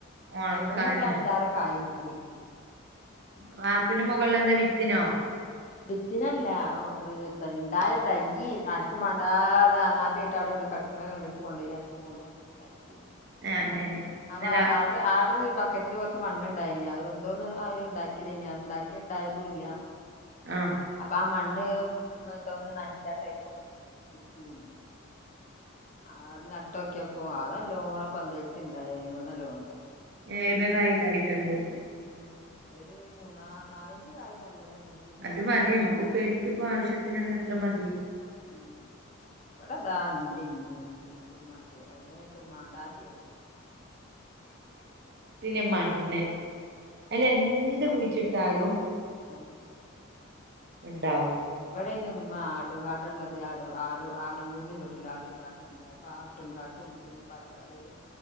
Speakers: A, on the right; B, on the left.
A: ഒണക്കാനാ
B: അയിമേന്ന് ഇപ്പം ഓറഞ്ചാറ് കായി നിക്ക് കിട്ടി.
A: വാർപ്പിന് മുകളില എന്താ വി ത്തിനോ
B: വിത്തിനല്ല വ് ഉണ്ടായ തൈയ്യ് ആർക്കും മേണ്ടാതെ അനാദയായിട്ട് അവിടെ ഇവിടേം കടക്കണ കണ്ടിട്ട് കൊണ്ട ഏറ്റ മോളില് കൊണ്ടോയി ണ്ടാക്കി
A: ഏഹ് അങ്ങനെ
B: അപ്പ
A: എന്നതാ
B: ആഡ ആഡർ ബക്കറ്റില് കുറച്ച് മണ്ണണ്ടായിനി അത് എന്തോന്ന് അ ഉണ്ടാക്കിയത് നേ ഉണ്ടാക്കി ഉണ്ടായതും ഇല്ല.
A: ആഹ്
B: അപ്പ ആ മണ്ണ് തോന്ന നച്ചാട്ട അതില് കൊണ്ടട്ട് കുതീനി ആ നട്ടൊക്കിയപ്പോ അത് നല്ലോണ പന്തലിച്ചണ്ടയി അതിന്മേൽ നല്ലോണണ്ടായി.
A: ഏത്കായ ഉണ്ടായിട്ടുണ്ട്.
B: ഉം ഒരു മൂന്ന നാലഞ്ച് കായ നല്ലത് അയിമന്ന് കിട്ടി
A: അത് മതി
B: ഇഞ്ഞും
A: നമ്മക്ക് ഉപ്പേരിക്ക് ഇപ്പ ആവശ്യത്തിന് അത്ര മതി
B: ഉം ഇവിടെതാണ്ട ഇഞ്ഞു മത വൈതനൊക്കെ മണ്ടാ ആദ്യായിന്
A: ലെമണ്ണ് അതിൽ എന്ത് കുഴിച്ചിട്ടാലും
B: ആഹ്
A: ഉണ്ടാവും
B: എവിടെേനും ആട്ടും കാാട്ട ഉള്ളത് ആട ആടും ആടുംകൂടിറെ ചൂട്ടില ആട്ടും കാാട്ടുണ്ട് അപ്പൊ ആട്ടും കാാട്ടും പിന്നെ എവിടേലും